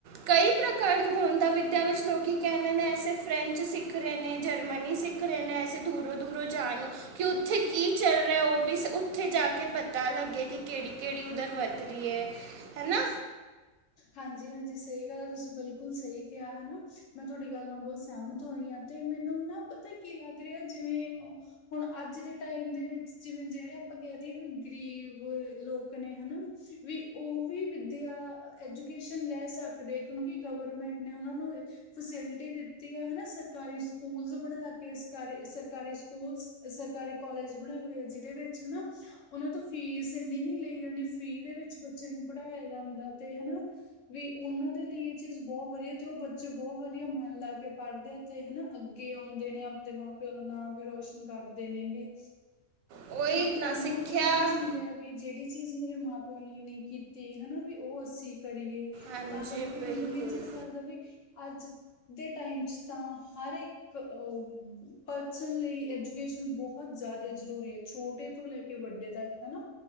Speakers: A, on the right; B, on the left.
A: ਕਈ ਪ੍ਰਕਾਰ ਦੇ ਹੁਨ ਤਾਂ ਵਿੱਦਿਆ ਵਿੱਚ ਲੋਕੀ ਕਹਿੰਦੇ ਨੇ, ਐਸੇ ਫਰੈਂਚ ਸਿੱਖ ਰਹੇ ਨੇ, ਜਰਮਨੀ ਸਿੱਖ ਕਰੇ ਨੈ ਐਸੇ ਦੂਰੋਂ ਦੂਰੋਂ ਜਾਨੋਂ। ਕਿ ਉੱਥੇ ਕੀ ਚੱਲ ਰੇਆ? ਉਹ ਵੀ ਉੱਥੇ ਜਾ ਕੇ ਪਤਾ ਲੱਗੇ ਕਿ ਕੇੜੀ- ਕੇੜੀ ਉੱਧਰ ਵੱਧ ਰੀ ਐ। ਹੈ ਨਾ?
B: ਹਾਂਜੀ-ਹਾਂਜੀ, ਸਹੀ ਗੱਲ ਐ, ਤੁਸੀਂ ਬਿਲਕੁਲ ਸਹੀ ਕੇਆ ਹੈਨਾ? ਮੈਂ ਤੁਹਾਡੀ ਗੱਲ ਨਾਲ ਬੋਤ ਸਹਿਮਤ ਹੋਈ ਆ, 'ਤੇ ਮੈਨੂੰ ਨਾ ਪਤਾ ਕੀ ਲੱਗ ਰੇਆ, ਜਿਵੇਂ ਹੁਨ ਅੱਜ ਦੇ ਟੈਮ ਦੇ ਵਿੱਚ, ਜਿਵੇਂ ਜੇੜੇ ਆਪਾਂ ਕੈਅ ਦੀਏ ਵੀ ਗਰੀਬ ਲੋਕ ਨੇ, ਹਨਾ? ਵੀ ਉਹ ਵੀ ਵਿੱਦਿਆ, ਐਜੂਕੇਸ਼ਨ ਲੈ ਸਕਦੇ, ਕਿਉਂਕਿ ਗਵਰਮੈਂਟ ਨੇ ਉਨਾਂ ਨੂੰ ਫੈਸਿਲਿਟੀ ਦਿੱਤੀ ਆ, ਹੈਨਾ? ਸਰਕਾਰੀ ਸਕੂਲ ਬਨਾ ਕੇ, ਸਰਕਾਰੀ-ਸਰਕਾਰੀ। ਹੁਨ ਸ, ਸਰਕਾਰੀ ਕੋਲਜ ਬਨਾਏ ਹੋਏ ਆ, ਜਿਦੇ ਵਿੱਚ ਨਾ ਉਨਾਂ ਤੋਂ ਫੀਸ ਇੰਨੀ ਨਈ ਲਈ ਜਾਂਦੀ, ਫੀ ਦੇ ਵਿੱਚ ਬੱਚੇ ਨੂੰ ਪੜ੍ਹਾਇਆ ਜਾਂਦਾ, 'ਤੇ ਹੈਨਾ? ਵੀ ਉਨਾਂ ਦੇ ਲਈ ਇਹ ਚੀਜ਼ ਬੋਤ ਵਦੀਆ, 'ਤੇ ਉਹ ਬੱਚੇ ਬੋਤ ਵਦੀਆ ਮਨ ਲਾ ਕੇ ਪੜ੍ਹਦੇ, 'ਤੇ ਹੈਨਾ? ਅੱਗੇ ਔਂਦੇ ਨੇ, ਆਪਦੇ ਮਾਂ-ਪਿਓ ਦਾ ਨਾਂ ਵੀ ਰੋਸ਼ਨ ਕਰਦੇ ਨੇਗੇ।
A: ਉਹੀ
B: ਕਿਉਂਕਿ
A: ਨਾ
B: ਉਨਾਂ
A: ਸਿੱਖਿਆ
B: ਨੂੰ ਇਹ ਚੀਜ਼ ਹੁੰਦੀ ਆ, ਬਈ ਜੇੜੀ ਚੀਜ਼ ਮੇਰੇ ਮਾਂ- ਪਿਓ ਨੇ ਨਈ ਕੀਤੀ, ਹੈਨਾ, ਬਈ ਉਹ ਅਸੀਂ ਕਰੀਏ।
A: ਹਾਂਜੀ
B: ਤਾਂ ਕਰਕੇ
A: ਬਿਲਕੁਲ
B: ਮੈਨੂੰ ਵੀ ਇਹ ਚੀਜ਼ ਲੱਗਦਾ, ਬਈ, ਅੱਜ ਦੇ ਟਾਈਮ 'ਚ ਤਾਂ ਹਰ ਇੱਕ ਅਹ, ਪਰਸਨ ਲਈ ਐਜੂਕੇਸ਼ਨ ਬੋਤ ਜਾਦਾ ਜ਼ਰੂਰੀ ਐ ਛੋਟੇ ਤੋਂ ਲੈ ਕੇ ਵੱਡੇ ਤੱਕ, ਹੈਨਾ?